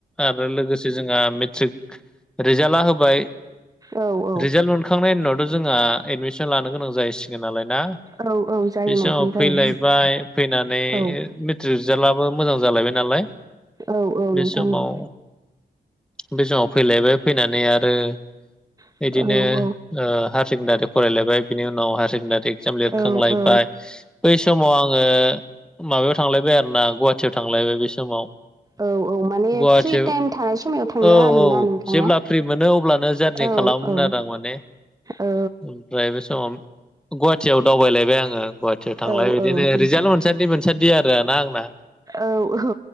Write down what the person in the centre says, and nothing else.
आरो लोगोसे जोंहा मेट्रिक रिजाल्टआ होबाय।
रिजाल्ट मोनखांनायनिनावथ' जोंहा एडमिसन लानो गोनां जाहैसिगोन नालाय ना
बे
समाव
फैलायबाय फैनानै
रिजाल्टआबो मोजां जालायबाय नालाय
बे
समाव
बे समाव फैलायबाय। फैनानै आरो
बिदिनो
ओ हायार सेकेण्डारि फरायलायबाय बिनि उनाव हायार सेकेण्डारि जोम लिरखांलायबाय।
बै समाव आङो माबायाव थांलायबाय आरोना गुवाहाटियाव थांलायबाय बै समाव।
गुवाहाटि
औ-औ
जेब्ला फ्रि मोनो अब्लानो जारनि
खालामोमोन
आरो आं माने
ओमफ्राय बे समाव गुवाहाटियाव दावबायलायबाय आङो गुवाहाटियाव थांलाय
बिदिनो
रिजाल्ट मोनसान्दि मोनसान्दि आरो ना आंना।